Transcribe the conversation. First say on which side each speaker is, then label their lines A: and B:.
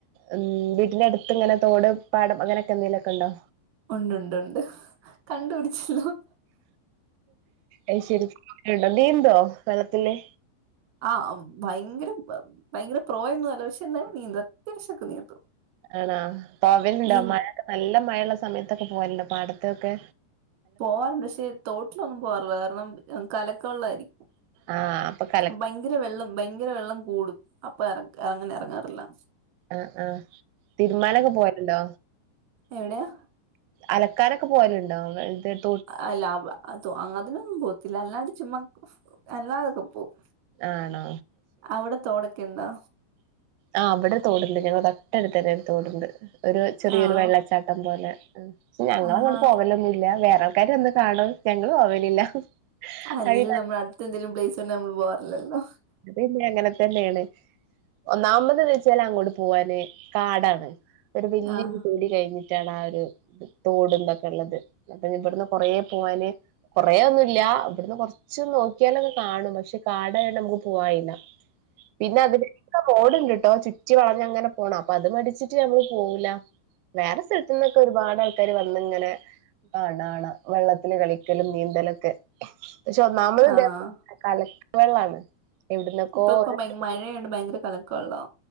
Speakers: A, on the right (about 90°); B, on the right (about 65°).
A: ഉം വീട്ടിന്റെ അടുത്ത് ഇങ്ങനെ തോട് പാടം അങ്ങനെയൊക്കെ എന്തെങ്കിലൊക്കെ ഉണ്ടോ?
B: ഉണ്ട് ഉണ്ട് ഉണ്ട് കണ്ടു പിടിച്ചല്ലോ.
A: ആ ശെരിക്കുംണ്ടോ നീന്തോ വെള്ളത്തില്
B: ആഹ ഭയങ്കര ഭയങ്കര പ്രൊയൊന്നുമല്ല പക്ഷെ ന്നാലും നിന്തും ഇത്തിരിശൊക്കെ നീന്തും.
A: ആണാ പോവലുണ്ടോ
B: നീ
A: മഴയൊക്കെ നല്ല മഴയള്ള സമയത്തൊക്കെ പോവലുണ്ടോ പാടത്തൊക്കെ അടുത്തൊക്കെ.
B: പോവാറുണ്ട് പക്ഷെ തോട്ടിലൊന്നും പോവാറില്ല കാരണം കലക്ക വെള്ളായിരിക്കും.
A: ആഹ് അപ്പൊ കല
B: ഭയങ്കര വെള്ളം ഭയങ്കര വെള്ളം കൂടും അപ്പൊ ഇറ അങ്ങനെ ഇറങ്ങാറില്ല.
A: ആഹ ആഹ തിരുമാനൊക്കെ പോവലുണ്ടോ.
B: എവിടെയാ.
A: അലക്കാനൊക്കെ പോവലുണ്ടോ എന്തേലും
B: അല്ല അത അതിനൊന്നും പോവത്തില്ല അല്ലാതെ ചുമാ അല്ലാതൊക്കെ പോകും.
A: ആണോ
B: അവിടെ തോടക്കെയ്ണ്ടോ.
A: ആ് ഇവടെ തോടണ്ട് ഞങ്ങതൊട്ടടുത്ത് തന്നെ തോടണ്ട്. ഒരു ചെറിയൊരു
B: ആണോ
A: വെള്ളച്ചാട്ടം പോലെ ഞങ്ങളങ്ങോട്ട്
B: ആഹാ
A: പോകലൊന്നുല്ല വേറെ. ആൾക്കാര് വന്ന് കാണും ഞങ്ങള് പോവലില്ല.
B: അലേലും
A: അത്
B: നമ്മള അടുത്തെന്തേലും പ്ലേസ്ണ്ടെ നമ്മള് പോവറില്ലല്ലോ.
A: അത് പിന്നെ അങ്ങനെ തന്നെയാണ്. ഒന്നാമത് വെച്ചാല് അങ്ങോട്ട് പോവാന് കാടാണ് ഒരു വലിയൊര്
B: ആഹ്
A: തൊടികഴിഞ്ഞിട്ട്. റ്റാണ ആഹ ഒരു തോടും ഇതൊക്കെയിള്ളത് അപ്പൊ ഇവിടുന്ന് കൊറേ പോവാന്. കൊറെയൊന്നുല്യ ഇവിടന്ന് കൊറച്ച് നോക്കിയാലൊക്കെ കാണും പക്ഷെ കാടയൊണ്ട് നമുക്ക് പോവായില്ല.
B: <unintelligible>
A: പിന്നെ അതിലേക്ക് റോണ്ടിണ്ട്ട്ടോ ചുറ്റി വളഞ്ഞ അങ്ങനെ പോണം അപ്പൊ അത് മടിച്ചിട്ട് ഞമ്മള് പോവൂല. വേറെ സ്ഥലത്ത്ന്നൊക്കെ ഒരുപാട് ആ. ട്ടാര് വന്നിങ്ങനെ കാണാണ് വെള്ളത്തില് കളിക്കലും നീന്തലൊക്കെ. പക്ഷെ ഒന്നാമത്ദേ
B: ആഹ്
A: കലക്ക് വെള്ളാണ്. എവിടുന്നൊക്കോ
B: ഇപ്പ ഇപ്പ
A: ഓരോരുത്തര്
B: മഴയൊണ്ട് ഭയങ്കര കലക്കവെള്ളോ.